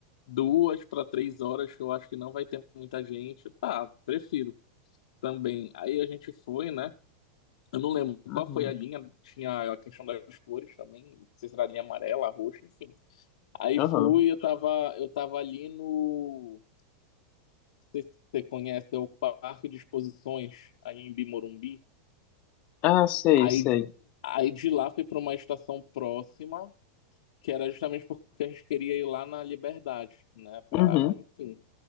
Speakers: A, on the left; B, on the left.
A: duas para três horas, que eu acho que não vai ter muita gente. Tá, prefiro também. Aí a gente foi, né? Eu não lembro
B: Uhum.
A: qual foi a linha, tinha a questão das cores também, não sei se era a linha amarela, roxa, enfim. Aí
B: Uhum.
A: fui, eu tava, eu tava ali no. Não sei se você conhece, é o Parque de Exposições, aí em Bimorumbi.
B: Ah, sei,
A: Aí,
B: sei.
A: aí de lá foi para uma estação próxima, que era justamente porque a gente queria ir lá na Liberdade, né? Para,
B: Uhum.
A: enfim,